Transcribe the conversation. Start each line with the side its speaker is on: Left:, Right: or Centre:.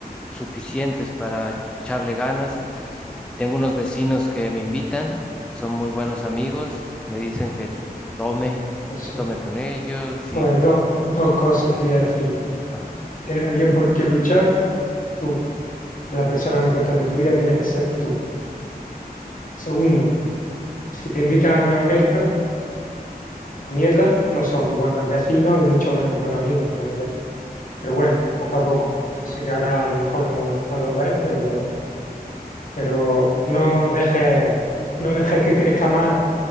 Centre: suficientes para echarle ganas. Tengo unos vecinos que me invitan, son muy buenos amigos, me dicen que tome,
Left: no, eso.
Centre: que tome con ellos
Left: Pues
Centre: y...
Left: dos, dos cosas te voy a decir.
Centre: ajá.
Left: Tienes alguien por quien luchar, tú. La persona más importante de tu vida tienes que ser tú. Segundo. Si te invitan a merca, a mierda, no son buenos vecinos y mucho menos buenos amigos, al revés. Pero bueno, poco a poco. Yo sé que ahora a lo mejor no, no lo ves, pero, lo, pero no dejes, no dejes que crezca más.